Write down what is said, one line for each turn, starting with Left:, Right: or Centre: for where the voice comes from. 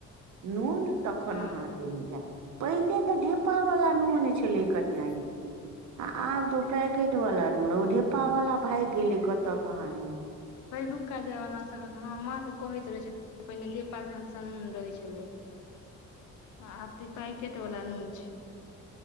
Right: नून तखन
Left: हँ
Right: अहाँके नीक हय पहिले तऽ ढेपा वाला नून छलै कनिया यै आ आब तो पैकेट वाला नून ओ ढिप्पा वाला भागि गेले कतऽ कहाँ नून
Left: पहिलुका जमाना सभमे हँ माँ सभ कहैत रहै छै पहिने धेपा सन सन नून रहै छलै आ आब त ई पैकेट वला नुन छै